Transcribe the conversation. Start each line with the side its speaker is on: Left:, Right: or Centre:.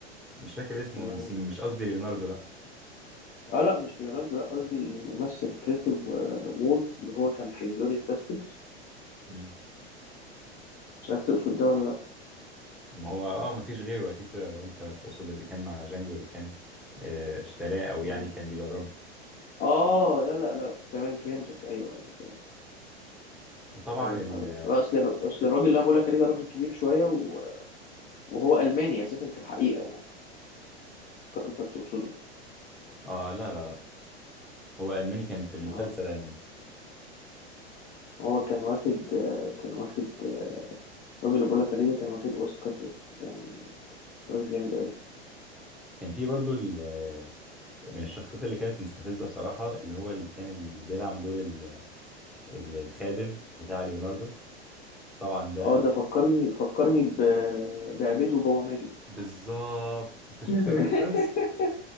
Centre: مش فاكر اسمه
Left: ولا
Centre: بس
Left: مين؟
Centre: مش قصدي ليوناردو لا
Left: اه لا مش ليوناردو لا قصدي الممثل كريستوف آه، وولتز اللي هو كان في انجلوريوس باستردز
Centre: مم.
Left: مش عارف تقصد ده ولا
Centre: ما هو اه ما فيش غيره اكيد كده لو انت تقصد اللي كان مع جانجو اللي كان آه، اشتراه او
Left: لا
Centre: يعني كان بيدربه
Left: اه لا لا لا تمام فهمتك ايوه ايوه خلاص
Centre: وطبعا
Left: ايوه
Centre: ال
Left: عرفت آه، اصل اصل الراجل اللي انا بقول لك عليه ده راجل كبير شويه و... وهو الماني اساسا في الحقيقه يعني فكرتك تقصده
Centre: اه آه، لا لا لا هو الماني كان في المسلسل
Left: اه
Centre: الماني
Left: هو كان واخد آه، كان واخد آه، الراجل اللي بقول لك عليه ده كان واخد اوسكار يعني راجل جامد قوي
Centre: كان في برضو ال- من الشخصيات اللي كانت مستفزه بصراحه اللي هو اللي كان ال- بيلعب دور ال- ال- الخادم بتاع ليوناردو طبعا ده
Left: اه ده فكرني فكرني ب... بعبيد وبابا ماجد
Centre: بالظبط انت شفت
Left: <laughs>
Centre: ولاد الشمس